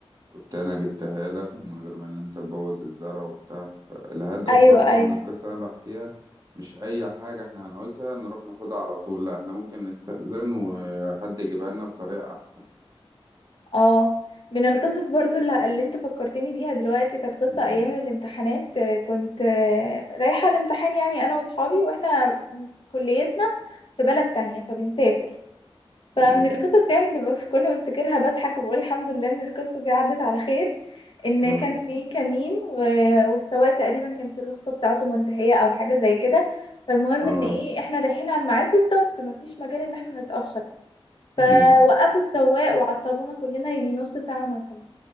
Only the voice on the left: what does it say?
ايوه
ايوه
اه من القصص برضو اللي, اللي انت فكرتني بيها دلوقتي كانت قصة
ايام الامتحانات آه، كنت آه، رايحة الامتحان يعني انا واصحابي واحنا كليتنا في بلد تانية فبنسافر فمن
القصص يعني اللي بف- كل ما بفتكرها بضحك وبقول الحمد لله ان القصة دي عدت على خير ان
كان في كمين و- والسواق تقريبا كانت الرخصة بتاعته منتهية او حاجة زي كده فالمهم
ان ايه احنا رايحين على الميعاد بالظبط مفيش مجال ان احنا نتأخر فوقفوا
السواق وعطلونا كلنا يجي نص ساعة مثلا